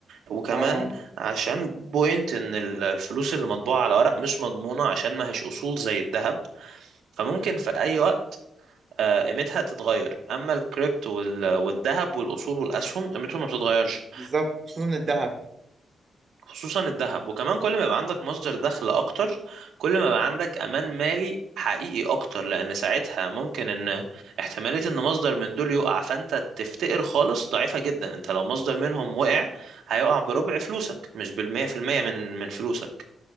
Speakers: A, on the right; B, on the right.
A: وكمان
B: اه
A: عشان بوينت ان ال- الفلوس اللي مطبوعة على ورق مش مضمونة عشان ما هيش اصول زي الذهب فممكن في اي وقت آه، قيمتها تتغير اما الكريبتو وال- والذهب والاصول والاسهم قيمتهم ما بتتغيرش
B: بالظبط خصوصا الذهب
A: خصوصا الذهب وكمان كل ما يبقى عندك مصدر دخل اكتر كل ما يبقى عندك امان مالي حقيقي اكتر لان ساعتها ممكن ان احتمالية ان مصدر من دول يقع فانت تفتقر خالص ضعيفة جدا انت لو مصدر منهم وقع هيقع بربع فلوسك مش بالمية في المية من من فلوسك